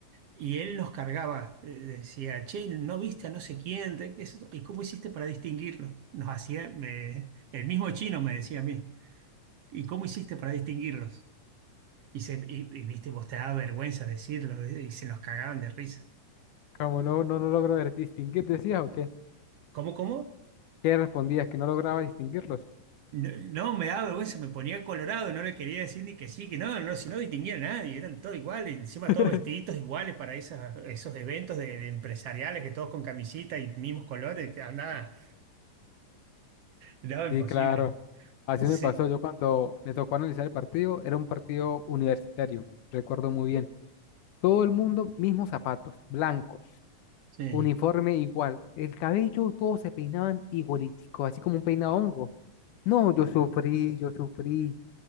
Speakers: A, on the right; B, on the left.
A: Y él los cargaba, eh, decía, che, ¿no viste a no sé quién? ¿De qué es eso? ¿Y cómo hiciste para distinguirlo? Nos hacía, me- el mismo chino me decía a mí, ¿y cómo hiciste para distinguirlos? Y, se, y, y, viste, vos te daba vergüenza decirlo, eh, y se nos cagaban de risa.
B: Como no, no lo logro ver- distinguir, decías, ok.
A: ¿Cómo, cómo?
B: ¿Qué respondías? Que no lograba distinguirlos.
A: No, no, me daba vergüenza, me ponía colorado, no le quería decir ni que sí, que no, no, si no distinguía a nadie, eran todos iguales, encima
B: <laughs>
A: todos vestiditos iguales para esas, esos eventos de, de empresariales, que todos con camisita y mismos colores, que andaba, no, imposible.
B: Sí, claro. Así
A: Sí,
B: me pasó. Yo cuando me tocó analizar el partido, era un partido universitario, recuerdo muy bien. Todo el mundo, mismos zapatos, blancos,
A: Sí.
B: uniforme igual. El cabello, todos se peinaban igualitico, así como un peinado hongo. No, yo sufrí, yo sufrí.